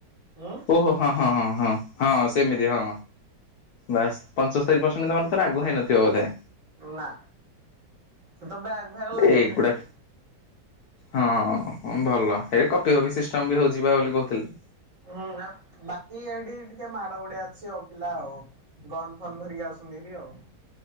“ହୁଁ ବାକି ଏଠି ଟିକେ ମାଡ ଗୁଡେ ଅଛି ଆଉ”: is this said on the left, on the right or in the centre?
Right